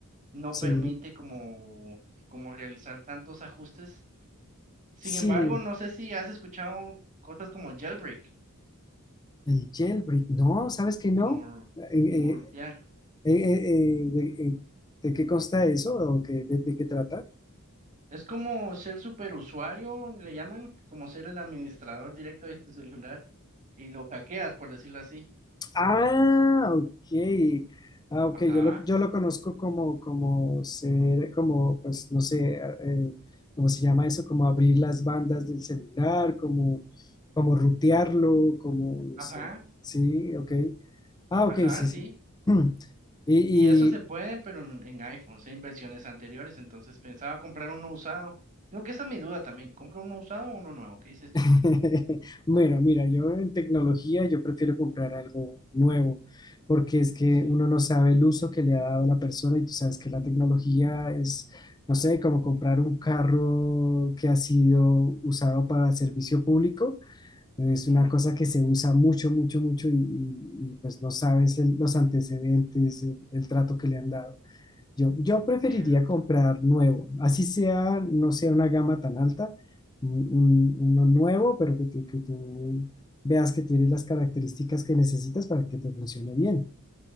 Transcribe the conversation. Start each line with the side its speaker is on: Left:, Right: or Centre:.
Right: no
Left: sí,
Right: permite como, como realizar tantos ajustes. Sin
Left: sí.
Right: embargo, no sé si has escuchado cosas como el jailbreak.
Left: El jailbreak, no, ¿sabes que
Right: Es
Left: no?
Right: como,
Left: Eh, eh,
Right: como rutear.
Left: eh, eh, eh, de, eh, ¿de qué consta eso? ¿O qué- de, de qué trata?
Right: Es como ser superusuario, le llaman, como ser el administrador directo de tu celular y lo hackeas, por decirlo así.
Left: Ah, ok. Ah, ok,
Right: Ajá,
Left: yo lo, yo lo conozco como, como ser, como, pues, no sé, ah, eh, ¿cómo se llama eso? Como abrir las bandas del celular, como, como rutearlo, como, no
Right: ajá,
Left: sé. Sí, ok. Ah,
Right: ajá,
Left: ok, sí,
Right: sí.
Left: sí. <clears throat> Y,
Right: Y eso se puede, pero en, en iPhones, en versiones anteriores. Entonces pensaba comprar uno usado. Creo que esa es mi duda también. ¿Compro uno usado o uno nuevo? ¿Qué dices tú?
Left: <laughs> Bueno, mira, yo en tecnología yo prefiero comprar algo nuevo, porque es que
Right: Sí,
Left: uno
Right: ¿verdad?
Left: no sabe el uso que le ha dado la persona y tú sabes que la tecnología es, no sé, como comprar un carro que ha sido usado para servicio público, es
Right: Ujú,
Left: una cosa que se usa mucho, mucho, mucho y, y- y, pues no sabes el- los antecedentes, el el trato que le han dado. Yo, yo preferiría
Right: cierto.
Left: comprar nuevo, así sea, no sea una gama tan alta, un- un- uno nuevo, pero que, tú que tú veas que tiene las características que necesitas para que te funcione bien.